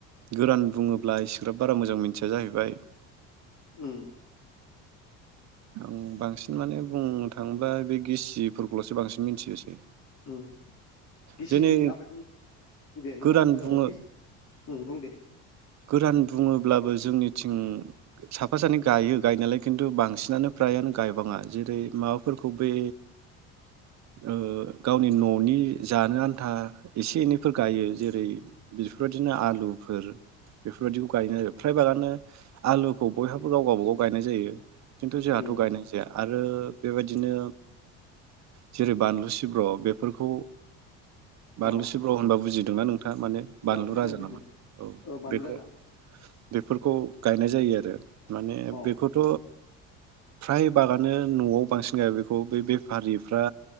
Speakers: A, on the right; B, on the left.
A: गोरान बुङोब्ला इसेग्राब बारा मोजां मिथिया जाहैबाय।
B: उम।
A: औ बांसिन माने बुंनो थाङोबा बे गिसिफोरखौल'सो बांसिन मिथियोसै।
B: उम गिसि
A: जेनै
B: आबादनि दे नोंथा
A: गोरान
B: ओ
A: बुङो
B: गि उम बुं दे
A: गोरान बुङोब्लाबो जोंनिथिं साफा सानै गायो गायनायालाय खिन्थु बांसिनानो फ्रायानो गायबाङा जेरै माबाफोरखौ बे ओ गावनि न'नि जानो आन्था एसे एनैफोर गायो जेरै बेफोरबायदिनो आलुफोर बेफोरबायदिखौ गायनो आरो फ्राय बारानो आलुखौ बयहाबो गाव गावबागाव गायनाय जायो। खिन्थु जोंहाथ'
B: उम
A: गायनाय जाया । आरो बेबायदिनो जेरै बानलु सिब्र बेफोरखौ बानलु
B: अ
A: सिब्र होनबा बुजिदोंना नोंथाङा? माने बानलु
B: ओ बुजिदों
A: राजा
B: बुजिदों
A: नामा औ।
B: ओ बानलु
A: बेखौ
B: राजा
A: बेफोरखौ गायनाय जायो आरो। माने
B: औ
A: बेखौथ' फ्राय बागानो न'आव बांसिन गाया बेखौ, बे बेफारिफ्रा